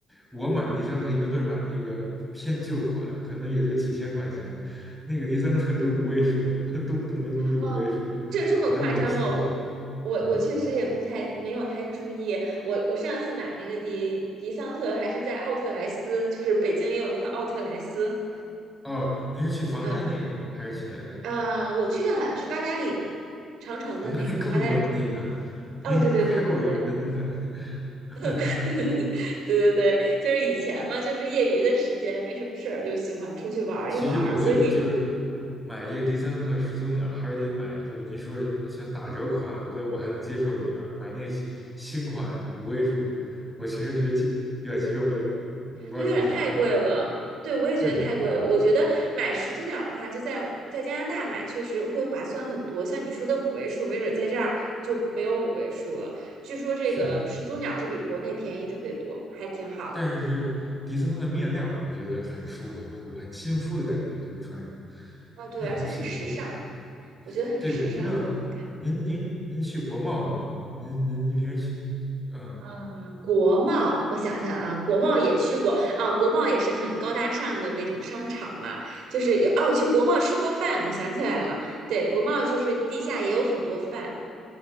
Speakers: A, in the centre; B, on the right (about 70°).
A: 我买迪桑特一般都是买那个偏旧款，可能也就几千块钱，那个迪桑特就五位数了，动动辄动辄就五位数了，
B: 哦，这这么夸张吗？
A: 可能我消，
B: 我我我确实也不太没有太注意。
A: 嗯，
B: 我我上次买那个迪迪桑特还是在奥特莱斯，就是北京也有那个奥特莱斯。
A: 哦，您是去房山那个吗？
B: 嗯
A: 还是去哪个？
B: 啊，我去的好像是八达岭，长城的那个八达岭上。
A: 啊、那那更远那个，
B: 哦，
A: 您还够远的，
B: 对对对对对
A: 您可是。<laughs>
B: <laughs> 对对对，就是以前嘛，就是业余的时间没什么事儿，就喜欢出去玩一玩儿。
A: 其实我觉得就是
B: 所以你
A: 买这个迪桑特始祖鸟，还是得买，就是您说像打折款，我觉得我还能接受一点儿。买那个新款五位数，我其实觉得接有点接受不了。我不知道您怎么看？
B: 对，有点太贵了。对，我也觉得太贵了。
A: 是
B: 我觉得买始祖鸟的话，就在在加拿大买，确实会划算很多。像你说的五位数，没准在这儿就没有五位数了。据说这个始祖鸟就比国内便宜特别多，
A: 是，
B: 还挺好的。
A: 但是迪桑特的面料，我觉得很舒服，很舒服，很亲肤的感觉，就是穿上
B: 啊，对，
A: 真的很亲肤的感觉。
B: 而且很时尚，我觉得很时尚，
A: 对，我不知道您您您去国贸吗？
B: 很好看。
A: 您您您平时去？嗯、
B: 嗯，国贸，我想想啊，国贸也去过啊，国贸也是很高大上的那种商场嘛，就是有哦，我去国贸吃过饭，我想起来了，对，国贸就是地下也有很多饭，